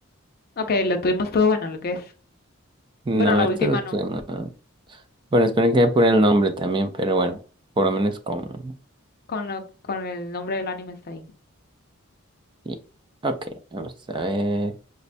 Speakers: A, on the left (about 45°); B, on the right (about 20°).
A: Ok, lo tuvimos todo bueno, lo que es.
B: No,
A: Bueno, la
B: esto
A: última
B: lo estoy.
A: no.
B: no. Bueno, espero que apure el nombre también, pero bueno, por lo menos con.
A: Con, lo, con el nombre del anime está ahí.
B: y- Ok, vamos a ver.